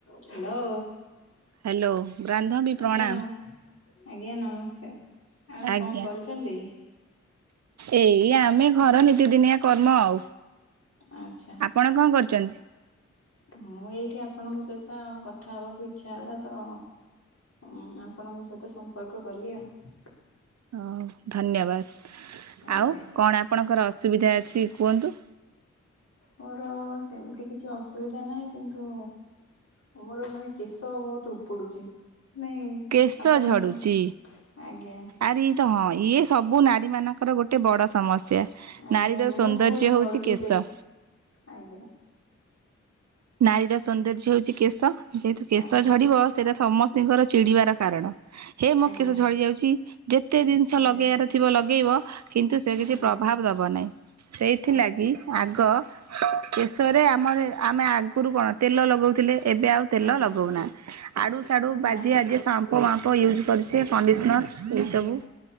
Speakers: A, on the left (about 55°); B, on the right (about 65°).
A: Hello.
B: Hello ବ୍ରାନ୍ଧବୀ
A: ଆଜ୍ଞା
B: ପ୍ରଣାମ।
A: ନ ଆଜ୍ଞା ନମସ୍କାର, ଆଉ
B: ଆଜ୍ଞା
A: କଣ କରୁଛନ୍ତି?
B: ଏଇ ଆମେ ଘର ନି ନିତିଦିନିଆ କର୍ମ ଆଉ,
A: ଆଚ୍ଛା
B: ଆପଣ କଣ କରୁଛନ୍ତି?
A: ମୁଁ ଏଇଠି ଆପଣଙ୍କ ସହିତ କଥା ହବାକୁ ଇଚ୍ଛା ହେଲା ତ ହୁଁ ଆପଣଙ୍କ ସହିତ ସମ୍ପର୍କ କଲି ଆଉ।
B: ହଉ ଧନ୍ୟବାଦ,
A: ଆଜ୍ଞା
B: ଆଉ କଣ ଆପଣଙ୍କର ଅସୁବିଧା ଅଛି କୁହନ୍ତୁ?
A: ମୋର ସେମିତି କିଛି ଅସୁବିଧା ନାହିଁ କିନ୍ତୁ ମୋର ମାନେ କେଶ ବହୁତ ଉପୁଡୁଛି, ନାଇଁ
B: କେଶ
A: ଆପଣଙ୍କୁ
B: ଝଡୁଛି
A: ଆଜ୍ଞା
B: ଆରେ ଇ ତ ହଁ ଇଏ ସବୁ ନାରୀ ମାନଙ୍କର ଗୋ ଗୋଟେ ବଡ ସମସ୍ୟା
A: ଆଜ୍ଞା
B: ନାରୀର
A: ବହୁତ
B: ସୌନ୍ଦର୍ଯ୍ୟ
A: ବହୁତ ଝଡୁଛି
B: ହଉଛି କେଶ।
A: ଆଜ୍ଞା।
B: ନାରୀର ସୌନ୍ଦର୍ଯ୍ୟ ହଉଛି କେଶ, ଯେହେତୁ କେଶ
A: ଆଜ୍ଞା
B: ଝଡିବ ସେଇଟା ସମସ୍ତଙ୍କର ଚିଡିବାର କାରଣ, ହେ ମୋ
A: ଆଜ୍ଞା
B: କେଶ ଝଳି ଯାଉଛି ଯେତେ ଜିନିଷ
A: ଆଜ୍ଞା
B: ଲଗେଇବାର ଥିବ ଲଗେଇବ କିନ୍ତୁ ସେ କିଛି
A: ଆଜ୍ଞା
B: ପ୍ରଭାବ ଦବ ନାହିଁ ସେଇଥିଲାଗି
A: ଆଜ୍ଞା
B: ଆଗ କେଶରେ ଆମର ଆମେ ଆ ଆଗୁରୁ କଣ ତେଲ ଲଗୋଉଥିଲେ ଏବେ ଆଉ ତେଲ
A: ଆଜ୍ଞା
B: ଲଗାଉନାହାନ୍ତି ଆଡୁ ସଡୁ
A: ନା
B: ବାଜେ ଆଜେ ସାମ୍ ମୁଁ ମାପ ୟୁଜ୍ କରିଚି କଣ୍ଡିଶ୍ନର୍
A: ଆଜ୍ଞା।
B: ଏସବୁ।